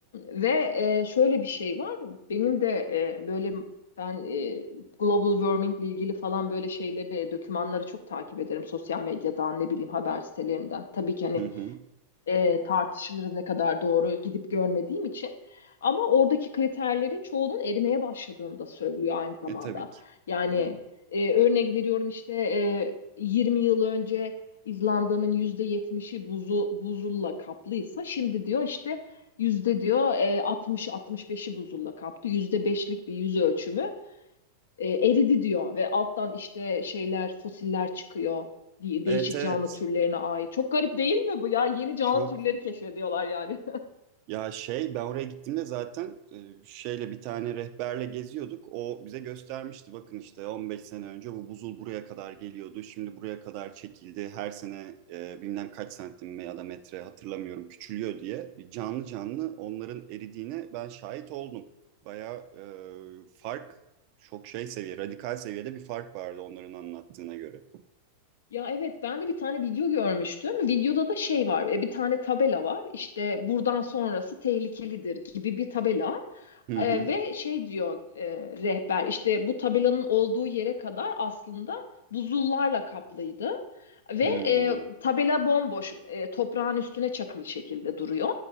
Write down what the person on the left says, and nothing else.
ve e, şöyle bir şey var. Benim de e, böyle ben e, global warming ile ilgili falan böyle şeyleri, dokümanları çok takip ederim sosyal medyadan ne bileyim haber sitelerinden. Tabii ki hani
e, tartışılır ne kadar doğru gidip görmediğim için. Ama oradaki kriterlerin çoğunun erimeye başladığını da söylüyor aynı zamanda.
Yani
e, örnek veriyorum işte e, 20 yıl önce İzlanda'nın %70'i buzu, buzulla kaplıysa şimdi diyor işte yüzde diyor e, 60-65'i buzulla kaplı. yüzde beşlik bir yüz ölçümü e, eridi diyor ve alttan işte şeyler fosiller çıkıyor di- değişik
canlı türlerine ait. Çok garip değil mi bu ya? Yeni canlı
türleri keşfediyorlar yani.
Ya evet ben de bir tane video görmüştüm. Videoda da şey var. e, Bir tane tabela var. İşte buradan sonrası tehlikelidir gibi bir tabela.
E, ve şey diyor e, rehber işte bu tabelanın olduğu yere kadar aslında buzullarla kaplıydı. Ve
e, tabela bomboş e, toprağın üstüne çakılı şekilde duruyor.